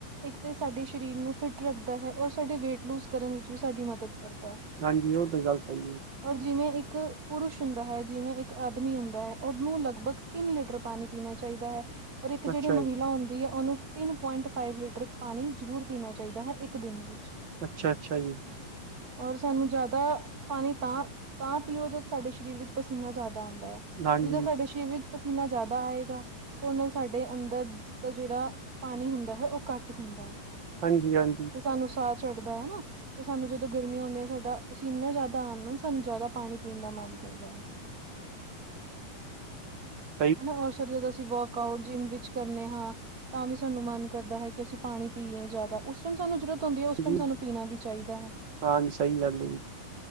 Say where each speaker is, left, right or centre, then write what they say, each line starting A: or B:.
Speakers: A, on the right; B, on the right.
A: ਇੱਕ ਤਾਂ ਸਾਡੇ ਸਰੀਰ ਨੂੰ ਫਿਟ ਰੱਖਦਾ ਹੈ, ਔਰ ਸਾਡੇ ਵੇਟ ਲੂਜ ਕਰਨ ਵਿੱਚ ਵੀ ਸਾਡੀ ਮਦਦ ਕਰਦਾ ਹੈ।
B: ਹਾਂਜੀ, ਉਹ ਤਾਂ ਗੱਲ ਸਹੀ ਹੈ।
A: ਔਰ ਜਿਵੇਂ ਇੱਕ ਪੁਰਸ਼ ਹੁੰਦਾ ਹੈ, ਜਿਵੇਂ ਇੱਕ ਆਦਮੀ ਹੁੰਦਾ ਹੈ, ਓਨੂੰ ਲਗਭਗ ਤਿੰਨ ਲੀਟਰ ਪਾਣੀ ਪੀਣਾ ਚਾਹੀਦਾ ਹੈ, ਔਰ ਇੱਕ ਜਿਹੜੀ
B: ਅੱਛਾ ਜੀ
A: ਮਹਿਲਾ ਹੁੰਦੀ ਹੈ, ਉਹਨੂੰ ਤਿੰਨ ਪੁਆਇੰਟ ਫਾਈਵ ਲੀਟਰ ਪਾਣੀ ਜ਼ਰੂਰ ਪੀਣਾ ਚਾਈਦਾ ਹੈ, ਇੱਕ ਦਿਨ ਵਿੱਚ
B: ਅੱਛਾ ਅੱਛਾ, ਜੀ।
A: ਔਰ ਸਾਨੂੰ ਜ਼ਿਆਦਾ ਪਾਣੀ ਤਾਂ ਤਾਂ ਪੀਓ ਜਦੋਂ ਸਾਡੇ ਸਰੀਰ ਵਿੱਚ ਪਸੀਨਾ ਜ਼ਿਆਦਾ ਆਉਂਦਾ ਹੈ,
B: ਹਾਂਜੀ
A: ਨਹੀਂ ਤੋਂ ਸਾਡੇ ਸਰੀਰ ਵਿੱਚ ਪਸੀਨਾ ਜ਼ਿਆਦਾ ਆਏਗਾ। ਓਨਾ ਸਾਡੇ ਅੰਦਰ ਦਾ ਜਿਹੜਾ ਪਾਣੀ ਹੁੰਦਾ ਹੈ, ਉਹ ਘੱਟ ਹੁੰਦਾ ਹੈ।
B: ਹਾਂਜੀ ਹਾਂਜੀ।
A: ਤੇ ਸਾਨੂੰ ਸਾਹ ਚੱੜਦਾ ਹੈਾ ਤੇ ਸਾਨੂੰ ਜਦੋਂ ਗਰਮੀਆਂ ਹੁੰਂਦੀਆਂ ਸਾਡਾ ਪਸੀਨਾ ਜ਼ਿਆਦਾ ਆਉਣ ਲ ਸਾਨੂੰ ਜ਼ਿਆਦਾ ਪਾਣੀ ਪੀਣ ਦਾ ਮਨ ਕਰਦਾ
B: ਹਮ
A: ਹਨਾ ਔਰ ਫ ਜਦੋਂ ਅਸੀਂ ਵਰਕ ਆਊਟ ਜਿੰਮ ਵਿੱਚ ਕਰਨੇ ਹਾਂ ਤਾਂ ਵੀ ਸਾਨੂੰ ਮਨ ਕਰਦਾ ਹੈ ਕਿ ਅਸੀਂ ਪਾਣੀ ਪੀਏ ਜ਼ਿਆਦਾ ਉਸ ਉਸ ਟੈਮ ਸਾਨੂੰ ਜਰੂਰਤ ਹੁੰਦੀ ਉਸ ਟੈਮ
B: ਜੀ
A: ਸਾਨੂੰ ਪੀਣਾ ਵੀ ਚਾਹੀਦਾ ਹੈ
B: ਹਾਂਜੀ ਸਹੀ ਗੱਲ